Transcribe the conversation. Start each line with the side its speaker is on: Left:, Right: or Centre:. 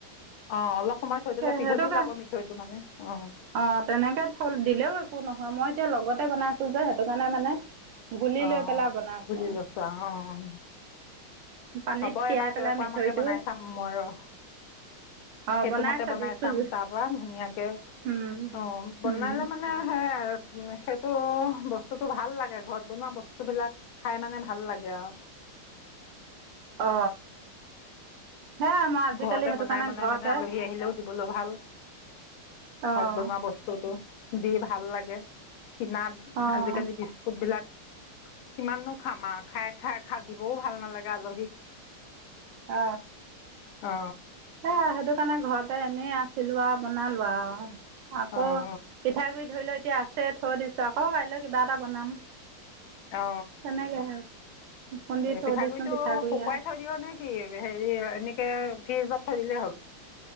Left: অ' অলপ সময় থৈ দিলে পিঘলি
Right: সেইটো কাৰ
Left: যাব মিঠৈটো মানে অ'।
Right: অ' তেনেকে থৈ দিলেওঁ একো নহয়। মই এতিয়া লগতে বনাইছো যে সেইটো কাৰণে মানে গুলি
Left: অ
Right: লৈ পেলাই বনাইছোং।
Left: বুলি অ'
Right: পানীত
Left: আকৌ
Right: তিয়াই
Left: এবাৰ তই
Right: পেলাই
Left: কোৱা
Right: মিঠৈটো
Left: মতে বনাই চাম মই ৰ'।
Right: অ',
Left: সেইটো মতে
Right: চাবি
Left: বনাই
Right: চুজি
Left: চাম। তাৰপৰা ধুনীয়াকে
Right: উম,
Left: অ' বনালে
Right: উম,
Left: মানে মানে সেয়াই আৰু সেইটো বস্তুটো ভাল লাগে ঘৰত বনোৱা বস্তু বিলাক খাই মানে ভাল লাগে আৰু
Right: অ সেয়াই মই আজিকালি
Left: ঘৰতে
Right: সেইটো
Left: বনাই
Right: কাৰণে
Left: বনাই
Right: ঘৰতে
Left: মানে আলহী আহিলেও দিবলো ভাল
Right: অ',
Left: ঘৰত বনোৱা বস্তু বস্তু টো দি ভাল লাগে কিনাত
Right: অ',
Left: আজি-কালি বিস্কুট বিলাক কিমাননো খাম আৰু খাই খাই খাই দিবও ভাল নালাগে আলহীক
Right: অ
Left: অ
Right: সে সেইটো কাৰণে ঘৰতে এনেই আছিলো আৰু বনালো আৰু আকৌ
Left: অঁ
Right: পিঠাগুৰিত ধৰি লও এতিয়া আছে থৈ দিছো আকৌ কাইলৈ কিবা এটা বনাম
Left: অ
Right: তেনেকেহে খুন্দি থৈ
Left: পিঠাগুৰিটো
Right: দিছোঁ পিঠাগুড়ি
Left: শুকুৱাই
Right: আৰু
Left: থৈ দিয় নে কি হেৰি এনেকে ফ্ৰিজত থৈ দিলেই হ'ল